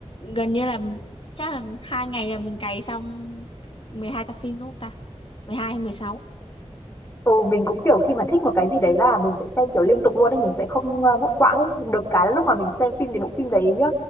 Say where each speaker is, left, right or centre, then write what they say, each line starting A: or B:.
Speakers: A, on the left; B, on the left.
A: gần như là chắc là hai ngày là mình cày xong mười hai tập phim đúng không ta 12 hay mười sáu
B: Ừ, mình cũng kiểu khi mà thích một cái gì đấy là mình sẽ xem kiểu liên tục luôn ấy, mình sẽ không ờ, ngắt quãng ấy. Được cái là lúc mà mình xem phim thì bộ phim đấy nhá,